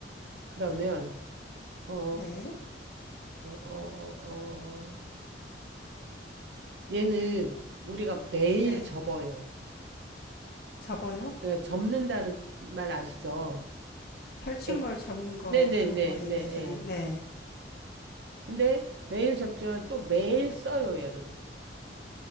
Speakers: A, on the right (about 70°); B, on the left (about 55°).
A: 그러면, 어, 어,
B: 네.
A: 어, 어. 얘는 우리가 매일
B: 네.
A: 접어요.
B: 접어요.
A: 예, 접는다는 말 아시죠?
B: 펼친
A: 예.
B: 걸 접는 거
A: 네네네네,
B: 그런 거 얘기하시는.
A: 예.
B: 네.
A: 근데 매일 접지만 또 매일 써요, 얘를.